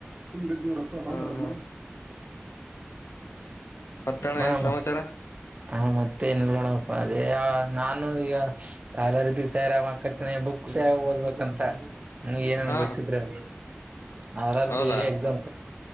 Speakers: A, on the right (about 30°); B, on the left (about 75°).
A: ಇದ್ದು ರಕ್ಕ -ಬ.
B: ಹಾ ಹಾ ಮತ್ತಣ
A: ಹ-
B: ಏನ್ ಸಮಾಚಾರ
A: ಹ -ಮತ್ತೆ ನೋಡ. ಅದೇ ಯಾವ ನಾನು ಈಗ ಯಾರಾರ ಬಿರ್ತಾ ಇರ ಮಕ್ಕಟ್ಟ ಬುಕ್ಸ್ ಯ ಓದ್ಬೇಕು. ಅಂತ -ನೀ -ಏನನ್
B: ಹಾ
A: ಗೊತ್ತಿದ್ರೆ ಆರಾರ
B: ಹೌದಾ
A: -ಬಿ- ಎಕ್ಸಾಂ.